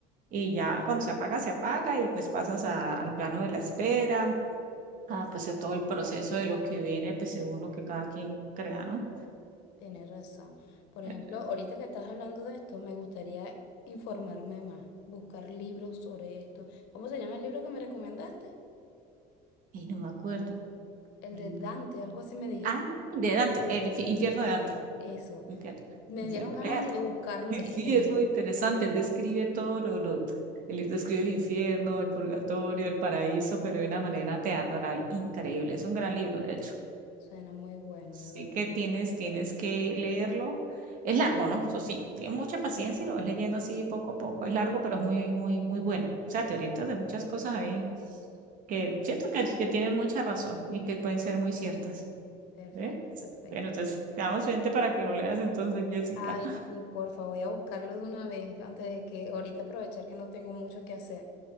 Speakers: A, on the right; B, on the left.
A: y ya cuando se apaga, se apaga y pues pasas a- al plano de la espera.
B: Pues
A: Ah, pues
B: sí,
A: a todo el proceso de lo que viene, pues según lo que cada quien crea, ¿no?
B: tienes razón. Por
A: Eh,
B: ejemplo, ahorita que estás hablando de esto, me gustaría informarme más, buscar libros sobre esto. ¿Cómo se llama el libro que me recomendaste?
A: Y no me acuerdo.
B: El
A: Mm.
B: de Dante, algo así me dijiste.
A: Ah, de Dante, el infi- infierno de Dante.
B: Eso.
A: Infierno,
B: Me
A: infierno,
B: dieron ganas
A: léate.
B: de buscarlo
A: Y
B: y
A: <laughs> sí,
B: leer.
A: es muy interesante. Él describe todo lo, lo- él describe el infierno, el purgatorio, el paraíso, pero de una manera teatral increíble. Es un gran libro, de hecho.
B: Suena muy bueno,
A: Sí
B: de verdad
A: que
B: que
A: tienes,
B: sí.
A: tienes que leerlo. Es largo, ¿no? Eso sí, tienes mucha paciencia y lo vas leyendo así poco a poco. Es largo, pero es muy, muy, muy bueno. O sea, te orientas de muchas cosas ahí que
B: Perfecto.
A: siento que, que tienen mucha razón y que pueden ser muy ciertas.
B: Perfecto,
A: ¿Ves?
B: perfecto.
A: Bueno, entonces quedamos pendiente para que lo leas entonces, Jessica.
B: Ay, sí, porfa, voy a buscarlo de una vez antes de que ahorita aprovechar que no tengo mucho que hacer.